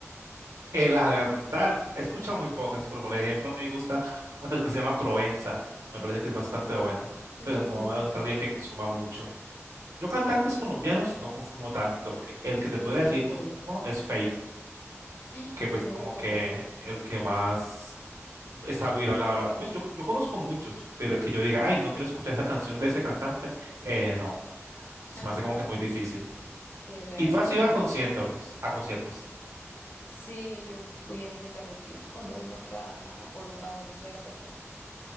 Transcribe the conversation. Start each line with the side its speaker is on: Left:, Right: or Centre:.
Right: eh, la verdad, he escuchado muy pocas, pero por ejemplo, a mí me gusta una canción que se llama Provenza, me parece que es bastante buena,
Left: Sí,
Right: pero
Left: sí,
Right: no
Left: sí.
Right: es alguien que consuma mucho. Yo cantantes colombianos no consumo tanto. El que
Left: No
Right: te podría
Left: te
Right: decir que
Left: creo.
Right: consumo es Fate,
Left: <gasps>
Right: que pues
Left: No
Right: como
Left: te puedo
Right: que
Left: creer.
Right: el que más está viral ahora. Pues yo, yo conozco muchos, pero que yo diga, ay, no quiero escuchar esa canción de este cantante, eh, no, se
Left: <laughs>
Right: me hace como que muy difícil.
Left: Qué raro,
Right: ¿Y tú has
Left: qué raro.
Right: ido a conciertos? A conciertos.
Left: Sí, yo fui al de Karol G cuando vino acá a Colo- a Venezuela, perdón.